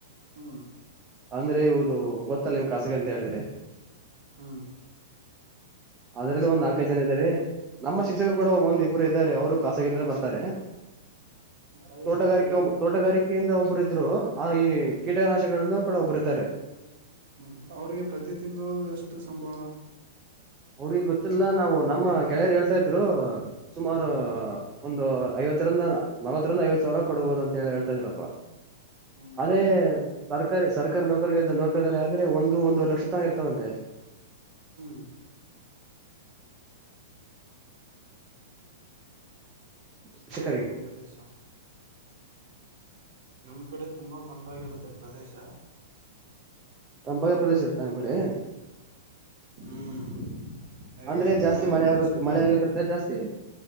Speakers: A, on the right; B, on the right.
A: ಹೂ
B: ಅಂದ್ರೆ ಇವುದು ಗೊತ್ತಲ್ಲ ನಿಮ್ ಖಸಗ ಅಂತ ಹೇಳಿದ್ರೆ
A: ಹೂ
B: ಅದ್ರಲ್ಲಿ ಒಂದ್ ನಾಕೈದು ಜನ ಇದಾರೆ ನಮ್ಮ ಶಿಕ್ಷಕರು ಕೂಡ ಒಂದ ಇಬ್ರು ಇದ್ದಾರೆ ಅವ್ರು ಖಾಸಗಿಯಿಂದ ಬರ್ತಾರೆ
A: ಅವರು
B: ತೋಟಗಾರಿಕೆ
A: ಪ್ರ
B: ಒ ತೋಟಗಾರಿಕೆಯಿಂದ ಒಬ್ಬರ ಇದ್ರು ಆ ಈ ಕೀಟನಾಶಗಳಿಂದ ಕೂಡ ಒಬ್ಬರು ಇದ್ದಾರೆ
A: ಹೂ ಅವ್ರಿಗೆ ಪ್ರತಿ ತಿಂಗಳು ಎಷ್ಟು ಸಂಬಳ
B: ಅವ್ರಿಗೆ ಗೊತ್ತಿಲ್ಲ ನಾವು ನಮ್ಮ ಗೆಳೆಯರು ಹೇಳ್ತಾ ಇದ್ರು ಸುಮಾರು
A: ಹ್ಮ್
B: ಒಂದು ಐವತ್ತರಿಂದ ನಲ್ವತ್ತರಿಂದ ಐವತ್ ಸಾವಿರ ಕೊಡಬಹುದು ಅಂತ ಹೇಳಿ ಹೇಳ್ತಾ ಇದರಪ್ಪಾ
A: ಹ್ಮ್
B: ಅದೇ
A: ಹ್ಮ್
B: ಸರ್ ಸರ್ ಸರ್ಕಾರಿ ನೌಕರರಿಗೆ ನೋಕಾರೆ ಆದ್ರೆ ಒಂದು ಒಂದವ ಲಕ್ಷ ತನ ಇರ್ತವಂತೆ
A: ಹೂ ನಮಸ
B: ಶಿಕ್ಷಕರಿಗೆ
A: ತಮ್ಮ ಪ್ರದೇಶ ನಮ್ಮ್ ಕಡೆ ತುಂಬಾ ತಂಪಾಗಿರುತ್ತೆ ಪ್ರದೇಶ
B: ತಂಗ ಪ್ರದೇಶ ಇತ ನಿಮ್ಮ ಕಡೆ
A: ಹ್ಮ್ ಹೇಗೆ
B: ಅಂದ್ರೆ
A: ಅಂದ್ರೆ
B: ಜಾಸ್ತಿ ಮಳೆ ಆಗತ್ ಮಳೆ ಆಗುತ್ತಿರ್ತ್ತ ಜಾಸ್ತಿ